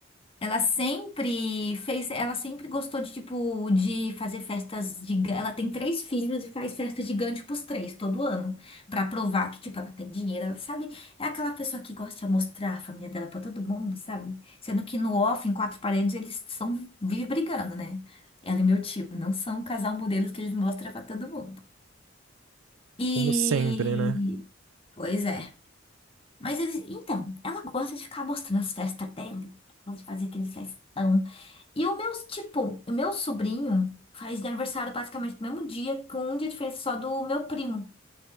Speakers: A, on the left (about 30°); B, on the right (about 75°).
A: ela sempre fez, ela sempre gostou de tipo de fazer festas gigantes. Ela tem três filhos e faz festa gigante pros três todo ano, Pra provar que tipo ela tem dinheiro, ela sabe? É aquela pessoa que gosta de mostrar a família dela pra todo mundo, sabe? Sendo que no off, em quatro paredes, eles são vive brigando, né? Ela e meu tio não são o casal modelo que eles mostram pra todo mundo. E
B: como sempre, né?
A: pois é. Mas eles, então, ela gosta de ficar mostrando as festas dela, ela gosta de fazer aqueles festão. E o meu, tipo, o meu sobrinho faz aniversário basicamente no mesmo dia, com um dia de diferença só do meu primo.